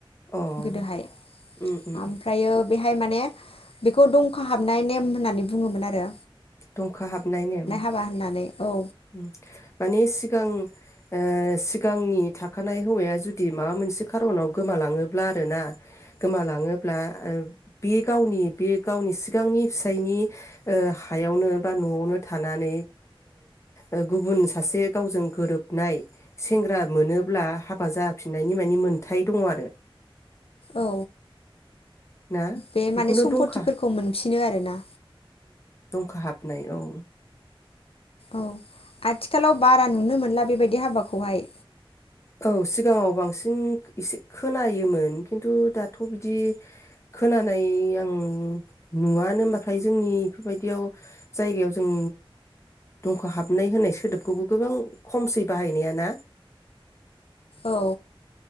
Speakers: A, on the left; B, on the left.
A: अ
B: गोदोहाय
A: उम उम उम
B: आमफ्रायो बेहाय माने बेखौ दंखा हाबनाय नेम होननानै बुङोमोन आरो
A: दंखा हाबनाय नेम।
B: हाबा होननानै औ
A: उम माने सिगां ओ सिगांनि थाखानाय हौवा मा जुदि माबा मोनसे खारनाव गोमालाङो ब्ला आरोना गोमालाङोब्ला ओ बे गावनि बे गावनि सिगांनि फिसायनि ओ हायावनो बा न'आवनो थानानै ओ गुबुन सासे गावजों गोरोबनाय सेंग्रा मोनोब्ला हाबा जाफिननायनि माने मोनथाय दङ आरो
B: औ
A: ना
B: बे
A: बेखौनो
B: माने सम्फथिफोखौ
A: दंखा
B: मोनफिनो आरोना
A: खाहाबनाय औ
B: औ आथिखालाव बारा नुनो मोनला बेबायदि हाबाखौहाय
A: औ सिगाङाव बांसिन एसे खोनायोमोन खिन्थु दाथ' बिदि खोनानाय आं नुवानोनामाथाय जोंनि बेफोरबायदियाव जायगायाव जों दंख' हाबनाय होनाय सोदोबखौबो गोबां खमसै बाहायनाया ना
B: औ